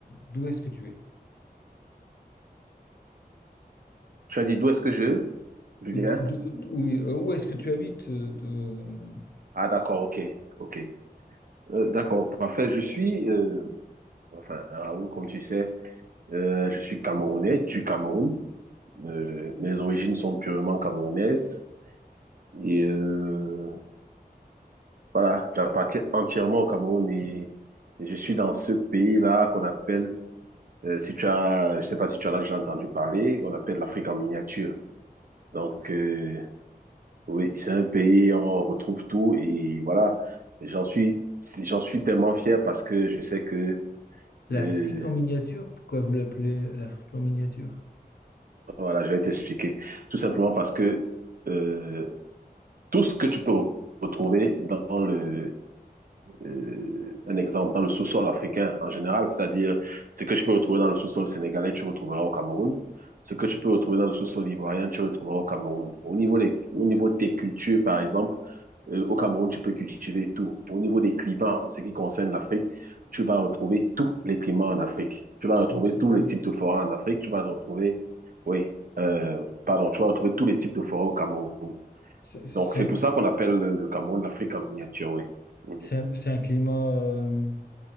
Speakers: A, on the left; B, on the right.
A: d'où est-ce que tu es?
B: Tu as dit d'où est-ce que je, je viens?
A: Ou d- d'où- d'où- oui, euh, où est-ce que tu habites? euh, de-
B: Ah, d'accord, ok, ok. Euh, d'accord, parfait. Je suis, euh, enfin, Raoul, comme tu sais, euh, je suis Camerounais, du Cameroun. Euh, mes origines sont purement camerounaises. Et euh, voilà, j'appartiens entièrement au Cameroun et, et je suis dans ce pays-là qu'on appelle, euh, si tu as, je sais pas si tu en as déjà entendu parler, on appelle l'Afrique en miniature. Donc, euh, Oui, c'est un pays, on retrouve tout et voilà, j'en suis, j'en suis tellement fier parce que je sais que,
A: L'Afrique
B: euh,
A: en miniature? Pourquoi vous l'appelez l'Afrique en miniature?
B: voilà, je vais t'expliquer. Tout simplement parce que euh, tout ce que tu peux retrouver dans le, euh, un exemple, dans le sous-sol africain en général, c'est-à-dire ce que tu peux retrouver dans le sous-sol sénégalais, tu retrouveras au Cameroun. Ce que tu peux retrouver dans le sous-sol ivoirien, tu retrouveras au Cameroun. Au niveau des, au niveau des cultures, par exemple, Euh, au Cameroun, tu peux cultiver tout. Au niveau des climats, en ce qui concerne l'Afrique, tu vas retrouver tous les climats en Afrique. Tu vas retrouver
A: Ah, Super.
B: tous les types de forêts en Afrique. Tu vas retrouver, oui, euh, pardon, tu vas retrouver tous les types de forêts au Cameroun.
A: C'est c'est-
B: Donc, c'est pour ça qu'on appelle le, le Cameroun l'Afrique en miniature, oui. Mhm.
A: c'est un, c'est un climat, euh,